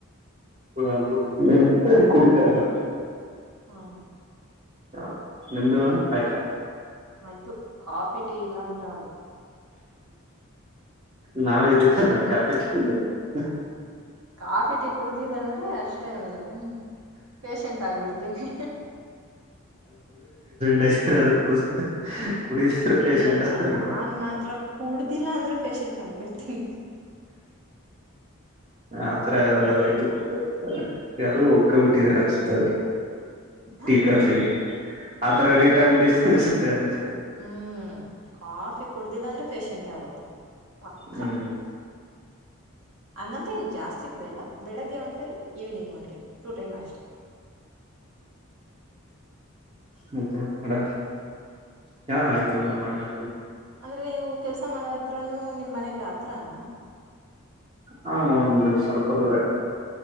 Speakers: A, on the right; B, on the right.
A: ನಾನ ಬಿಟ್ಬಿಟ್ ಇದ್ದೀನಿ ಕುಡಿತಾ ಇಲ್ಲ
B: ಹ್ಮ
A: ಹ ನಿಮ್ದು ಮೇಡಂ ಆಯ್ತ
B: ಆಯ್ತು ಕಾಫಿ ಟೀ ಇಲ್ಲಾ ಅಂದ್ರ ಆ
A: ನಾವ ಇದ್ದೀರಲ್ಲಾ ಕ <unintelligible>
B: ಕಾಫಿ ಟೀ ಕುಡ್ದಿಲ್ಲ ಅಂದ್ರೆ ಅಷ್ಟೇ ಮೇಲೆ ಪೇಶಂಟ್ ಆಗ್ಬಿಡ್ತೀನಿ
A: ನೆಸ್ಟು ಅದೆ ಕೂಡ್ಸ್ ಕುಡಿದಿರ ಪೇಶೆಂಟ್,
B: ಇಲ್ಲ ಇಲ್ಲ
A: ಆದ
B: ನಾನ್ ಮಾತ್ರ ಕುಡ್ದಿಲ್ಲ ಅಂದ್ರೆ ಪೇಶೆಂಟ್ ಆಗ್ಬಿಡ್ತೀನಿ
A: ಆತ್ರ
B: ಹ್ಮ್
A: ಇದು <unintelligible> ಅನ್ಸುತ್ತೆ
B: ಹ
A: ಟೀ ಕಾಪಿ ಆತರ ಅಡಿಕ್ಟ್ ಆಗ್ಬಿಟ್ಟಿದಿರ ಅನ್ಸುತ್ತೆ ಅಂದೆ
B: ಹ್ಮ್ ಕಾಫಿ ಕುಡ್ದಿಲ್ಲ ಅಂದ್ರೆ ಪೇಶಂಟೇ ಆವತ್ತು ಪಕ್ಕ
A: ಹ್ಮ್
B: ಹಂಗಂತ ಇನ್ ಜಾಸ್ತಿ ಕುಡಿಯಲ್ಲ <unintelligible> ಬೆಳಿಗ್ಗೆ one time evening one time two time ಅಷ್ಟೇ
A: ಮತ್ತೆ ಮಡ ಚಹಾ ಆಯ್ತು ಊಟ ಮಾಡದೆ
B: ಅಂದ್ರೆ ನೀವು ಕೆಲ್ಸ ಮಾಡದ ಹತ್ರಾನ ನಿಮ್ ಮನೆಗ್ ಹತ್ರನಾ
A: ಹಾ ಒಂದು ಸ್ವಲ್ಪ ದೂರ ಅಷ್ಟೆ